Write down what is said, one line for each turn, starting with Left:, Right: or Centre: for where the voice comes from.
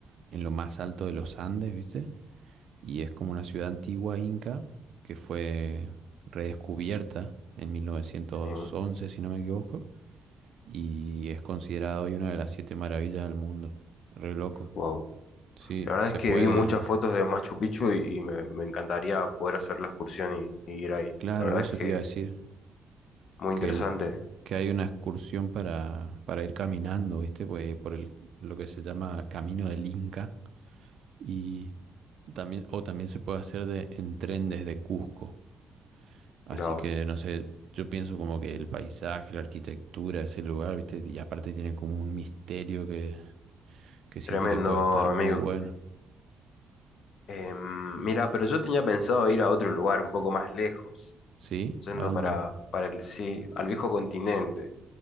Right: en lo más alto de los Andes, ¿viste? y es como una ciudad antigua inca que fue redescubierta en 1911,
Left: Sí,
Right: si no me equivoco, y es considerada hoy una de las siete maravillas del mundo. Re loco.
Left: wow.
Right: Sí,
Left: La verdad
Right: se
Left: es que
Right: puede.
Left: vi muchas fotos de Machu Picchu y, y me, me encantaría poder hacer la excursión y, y ir ahí.
Right: Claro,
Left: La verdad
Right: eso
Left: es
Right: te
Left: que
Right: iba a decir,
Left: Muy
Right: que,
Left: interesante.
Right: que hay una excursión para, para ir caminando, ¿viste? Pues, por el, lo que se llama Camino del Inca y también, o también se puede hacer de, en tren desde Cusco. Así
Left: Mira vos.
Right: que, no sé, yo pienso como que el paisaje, la arquitectura, ese lugar, ¿viste? Y aparte tiene como un misterio que, que siento
Left: Tremendo,
Right: que puede estar muy
Left: amigo.
Right: bueno.
Left: Em, mira, pero yo tenía pensado ir a otro lugar un poco más lejos,
Right: ¿Sí?
Left: yendo
Right: ¿A dónde?
Left: para, para el sí, al viejo continente.